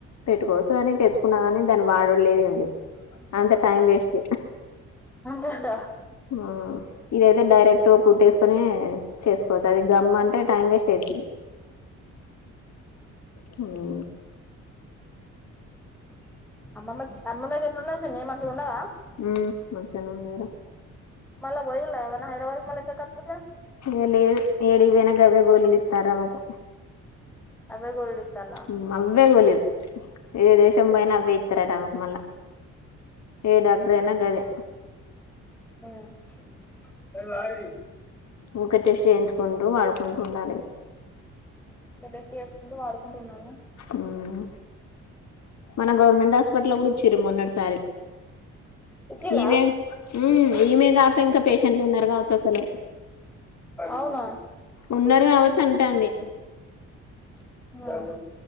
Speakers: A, on the left; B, in the centre.
A: పెట్టుకోవచ్చు అని తెచ్చుకున్న కాని దాన్ని వాడుడు లేదు ఏం లేదు. అంత టైం వేస్ట్
B: అంతేంట
A: మ్మ్ ఇదైతే డైరెక్ట్ కుట్టు కుట్టేసుకొని చేసుకోవచ్చు అది గమ్ అం టే టైం వేస్ట్ అయితది. హ్మూ
B: అమ్మమ్మ క్ అమ్మమ్మకి ఎట్లున్నాయి పిన్ని మంచిగాన్నారా
A: ఉమ్మ్ మంచిగానే ఉన్నాయి రా
B: మల్ పోయిల్ హైదరాబాద్ కి మల్ల చెకప్ కిట్ల
A: ఇగ లేదు ఏడికి పోయిన గవే గోలీలు ఇస్తున్నారా ఆమెకు
B: అవే గోళీలు ఇత్తల్లా
A: ప్చ్ అవ్వే గోళీలు ఏ దేశం పోయినా అవే ఇస్తారట ఆమెకు మల్ల ఏ డాక్టర్ అయినా గదే
B: ఉమ్మ్
A: ఊక టెస్ట్ చేయించుకుంటూ వాడుకుంటూ ఉండాలి
B: బస్ చేసుకుంటూ వాడు కొంటన్నాము
A: ఉమ్ మన గవర్నమెంట్ హాస్ప్ట్ హాస్పిటల్ కూడా ఇచ్చారు మొన్నటిసారి
B: ఇచ్చలా
A: ఈమె ఉమ్ ఈమె కాక ఇంకా పేషెంట్లు ఉన్నారు కావచ్చు అసలు
B: అవునా
A: ఉన్నారు కావచ్చు అంటాంది
B: ఆ